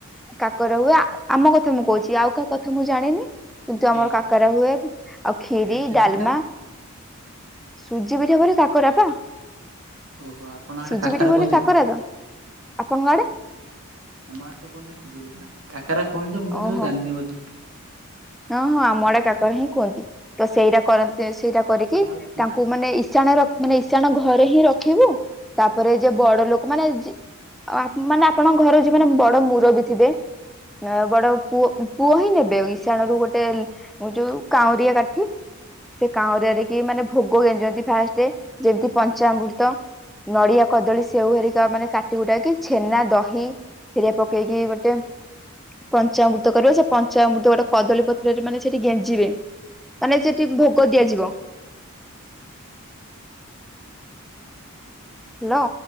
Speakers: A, in the centre; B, on the right.
A: କାକରା ହୁଏ ଆମ କଥା ମୁଁ କହୁଛି ଆଉ କାହା କଥା ମୁଁ ଜାଣିନି। କିନ୍ତୁ
B: ଆଜ୍ଞା
A: ଆମର କାକରା ହୁଏ ଆଉ କ୍ଷୀରି
B: ସୁଜି
A: ଡାଲମା।
B: ପିଠା
A: ସୁଜି ପିଠା ପରେ କାକରାପ।
B: ଓହୋ ଆପଣ ଆଡେ
A: ସୁଜି
B: କାକରା
A: ପିଠା ବୋଲି
B: କୁହନ୍ତି
A: କାକରା
B: କି?
A: ତ ଆପଣଙ୍କ ଆଡେ?
B: ଆମଆଡେ କୁହନ୍ତି କାକାରା କୁହନ୍ତି ମୁଁ କିନ୍ତୁ
A: ଓହୋ।
B: ଜାଣିନି ବୋଧେ।
A: ହଁ ହଁ ଆମଆଡେ କାକର ହିଁ କୁହନ୍ତି। ତ ସେଇଟା କରନ୍ତି ସେଇଟା କରିକି
B: ଆଉ ଛେନା
A: ତାଙ୍କୁ ମାନେ ଇସାଣ ରଖ ମାନେ ଇଶାଣ ଘରେ ହିଁ ରଖିବୁ ତାପରେ ଯେ ବଡ ଲୋକ ମାନେ ଆ ମାନେ ଆପଣଙ୍କ ଘର ଯ ମାନେ ବଡ ମୁରବି ଥିବେ। ନା ବଡ ପୁଅ ପୁଅ ହିଁ ନେବେ ବିଛଣା ରୁ ଗୋଟେ ଯୋଉ କାଉଁରିଆ କାଠି ସେ କାଉଁରିରେକି ମାନେ ଭୋଗ ଗେଞ୍ଜନ୍ତି ଫାଷ୍ଟ ଯେମିତି ପଞ୍ଚାମୃତ ନଡିଆ କଦଳୀ ସେଉ ହେରିକା ମାନେ କାଟି କୁଟାକି ଛେନା ଦହି ହେରିଆ ପକେଇକି ଗୋଟେ ପଞ୍ଚାମୃତ କରିବ ସେ ପଞ୍ଚାମୃତ ଗୋଟେ କଦଳୀ ପତ୍ରରେ ମାନେ ସେଠି ଗେଞ୍ଜିବେ ମାନେ ସେଠି ଭୋଗ ଦିଆଯିବ। ହ୍ୟାଲୋ।